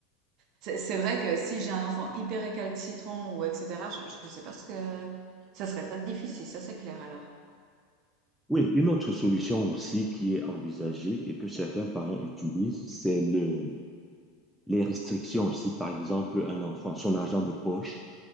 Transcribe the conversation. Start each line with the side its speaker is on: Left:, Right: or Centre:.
Right: c'est c'est vrai que si j'ai un enfant hyper récalcitrant ou etc., je ne sais pas ce que... Ça serait très difficile, ça c'est clair alors.
Centre: Oui, une autre solution aussi qui est envisagée et que certains parents utilisent, c'est le, les restrictions. Si par exemple un enfant, son argent de poche,